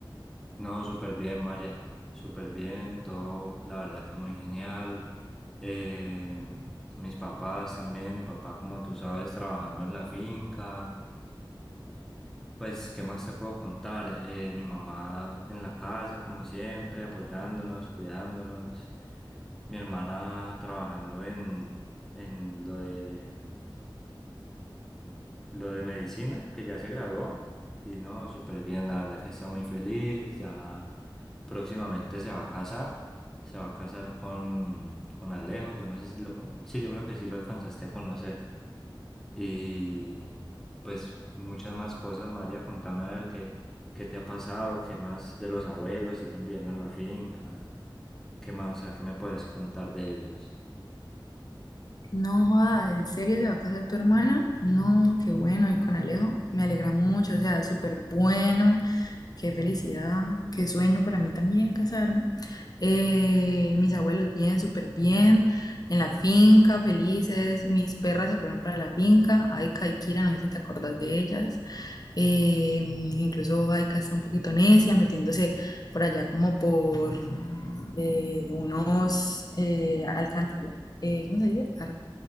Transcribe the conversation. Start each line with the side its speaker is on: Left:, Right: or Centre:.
Centre: No, súper bien, María. Súper bien, todo, la verdad que muy genial. Eh, mis papás también, mi papá, como tú sabes, trabajando en la finca. Pues, ¿qué más te puedo contar? Eh, mi mamá en la casa, como siempre, apoyándonos, cuidándonos. Mi hermana trabajando en, en lo de, lo de medicina, que ya se graduó. Y no, súper bien, la verdad que está muy feliz. Ya próximamente se va a casar. Se va a casar con, con Alejo. Yo no sé si lo... con- Sí, yo creo que sí lo alcanzaste a conocer. Y pues muchas más cosas, María, contame a ver qué, qué te ha pasado, qué más de los abuelos siguen viviendo en la finca, qué más, o sea, qué me puedes contar de ellos.
Left: No, joda, ¿en serio se va a casar tu hermana? No, qué bueno, y con Alejo, me alegra mucho, o sea, súper bueno. Qué felicidad, qué sueño para mí también casarme. Eh, mis abuelos bien, súper bien, en la finca, felices. Mis perras se fueron para la finca. Aika y Kira, no sé si te acordás de ellas. Eh, incluso Aika está un poquito necia, metiéndose por allá como por eh, unos eh, alcantilla- eh, ¿cómo se dice? Ar-